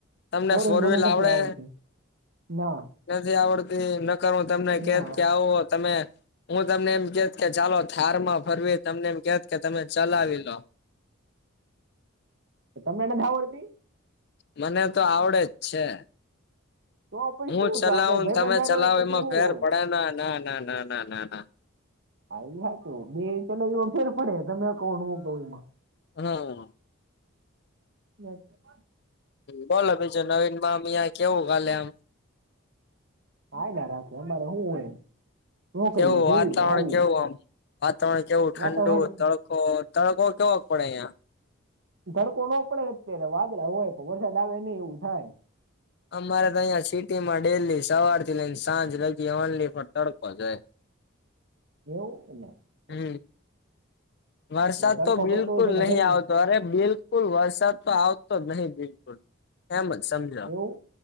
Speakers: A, on the left (about 55°); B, on the right (about 60°).
A: તમને
B: ફોરન
A: ફોર
B: મને
A: વ્હીલ
B: નથી
A: આવડે
B: આવડતી ના
A: નથી આવડતી ન કરરું તમને
B: ના
A: કે કે આવો તમે હું તમને એમ કેત કે ચાલો થાર માં ફરવી તમને એમ કેત કે તમે ચલાવી લો
B: તો તમનેને ધાાવડતી
A: મને તો આવડે જ છે
B: તો પછી
A: હું
B: શું
A: ચલાવું
B: તો આપણે ભાઈ
A: તમે
B: બંધારે
A: ચલાવો
B: હોય પછી
A: એમાં
B: શું
A: ફેર
B: હવે
A: પડે ના ના ના ના ના ના ના
B: હ હ હતું બે ચલા એ ફેર પડે તમે કોણ કહમાં
A: હા
B: બ
A: બોલો બીજું નવીન માં અમ અહં કેવું કાલે આમ
B: હા ના રાખે અમારે શું હોય નોકરીએ
A: કેવું
B: જેવી
A: વાતાવરણ
B: આવી
A: કેવું આમ વાતાવરણ કેવું ઠંડુ
B: વાતાવરણ
A: તડ તડકો કેવા પડે ં
B: ધડકો નો પડે અત્યારે વાદળ હોય પણ વરસાદ આવે નહી એવું થાય
A: અમારે તો અહિયાં સિટી માં ડેલી સવાર થી લઈને સાંજ લગી ઓનલી પણ તડકો જો
B: એનેવ એ
A: હમ વરસાદ
B: તડકો
A: તો બિલકુલ
B: પડતો હોય છે ને
A: નહીિ
B: ગરમી
A: આવતો અરે બિલકુલ વરસાદ તો આવતો જ નહીિ બિલકુલ અહેમદ સમજા
B: એવું